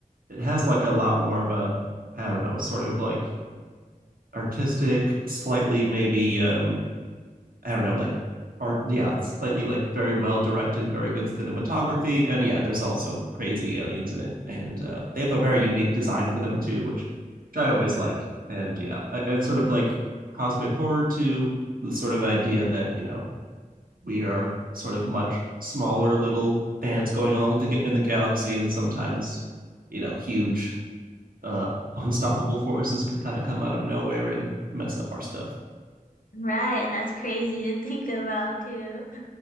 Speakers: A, on the right; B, on the left.
A: it has like a lot more of a I don't know sort of like artistic slightly maybe um I don't know, like art, yeah, slightly like very well directed, very good cinematography, and yeah, there's also crazy aliens in it, and uh, they have a very unique design for them too, which which I always like, and yeah, it's sort of like cosmic horror to the sort of idea that you know we are sort of much smaller little ants going along the, in the galaxy, and sometimes you know huge uh <laughs> unstoppable forces can kind of come out of nowhere and mess up our stuff
B: Right, and that's crazy to think about too.